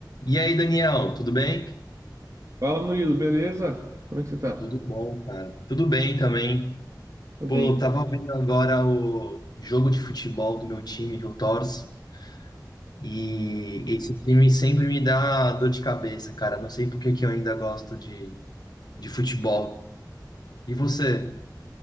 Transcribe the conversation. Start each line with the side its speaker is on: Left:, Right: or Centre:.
Left: E aí, Daniel, tudo bem?
Right: Fala, Murilo, beleza? Como é que você tá?
Left: Tudo bom, cara. Tudo bem também.
Right: Tô
Left: Pô,
Right: bem.
Left: eu tava vendo agora o jogo de futebol do meu time que eu torço e esse time sempre me dá dor de cabeça, cara. Não sei por que que eu ainda gosto de, de futebol. E você?